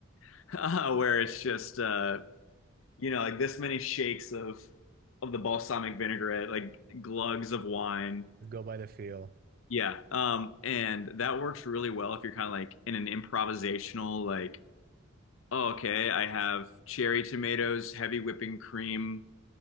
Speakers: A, on the left; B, on the right.
A: <laughs> uh, where it's just uh, you know like this many shakes of of the balsamic vinaigrette, like glugs of wine.
B: Go by the feel.
A: Yeah, um, and that works really well if you're kind of like in an improvisational like, oh, okay, I have cherry tomatoes, heavy whipping cream.